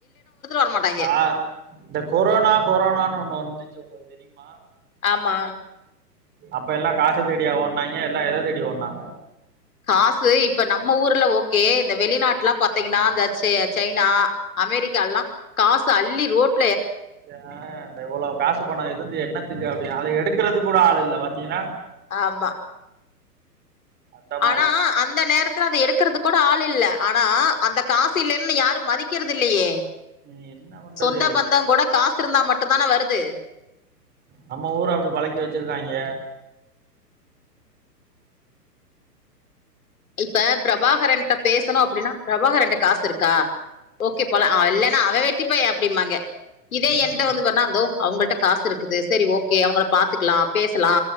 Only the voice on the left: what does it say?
வரமாட்டாய்ங்க
ஆமா
காசு இப்ப நம்ம ஊர்ல ஓகே இந்த வெளிநாட்ல்லா பாத்திங்னா இந்த ச சைனா அமெரிக்காலா காச அள்ளி ரோட்
ஆமா
ஆனா அந்த நேரத்துல அத எடுக்கறதுக் கோட ஆள் இல்ல ஆனா அந்த காசில்லன்னு யாரு மதிக்கறது இல்லையே
சொந்த பந்தங்கோட காசிருந்தா மட்டுந்தான வருது
இப்ப பிரபாகரன்ட்ட பேசணு அப்டினா பிரபாகரன்ட்ட காசிருக்கா ஓகே போலா அ இல்லனா அவ வெட்டி பைய அப்டிம்பாங்க இதே
என்ட்ட வந்து பார்னா தோ அவங்கள்ட்ட காசிருக்குது சரி ஓகே அவங்கள பாத்துக்கலா பேசலா